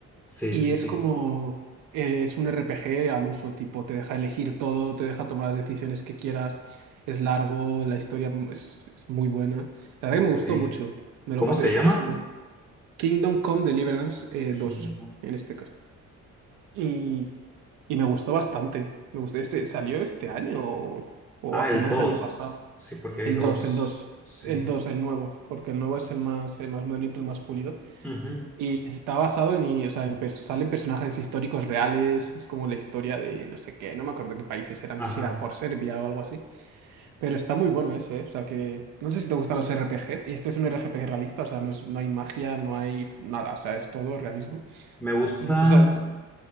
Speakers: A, in the centre; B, on the right.
A: sí,
B: Y
A: sí,
B: es
A: sí.
B: como, eh, es un RPG al uso, tipo, te deja elegir todo, te deja tomar las decisiones que quieras, es largo, la historia m- es, es muy buena. La verdad
A: Ok.
B: que me gustó mucho, me
A: ¿Cómo
B: lo pasé,
A: se
B: es,
A: llama?
B: es nu- Kingdom Come Deliverance eh,
A: Kingdom.
B: 2, en este caso. Y, y me gustó bastante, me gustó, este, salió este año o, o
A: Ah,
B: a finales
A: el dos.
B: del año pasado.
A: Sí, porque hay
B: El
A: dos.
B: 2 el 2
A: Sí.
B: el dos el nuevo, porque el nuevo es el más, el más modernito, el más pulido.
A: Ujú,
B: Y está basado en, y, o sea, en pers- salen personajes históricos reales, es como la historia de no sé qué, no me acuerdo qué países era, no
A: Ajá.
B: sé si era por Serbia o algo así, pero está muy bueno ese, ¿eh? O sea que no sé si te gustan los RPGs, y este es un RPG realista, o sea, no es, no hay magia, no hay f- nada, o sea, es todo realismo.
A: Me gustan.
B: Incluso...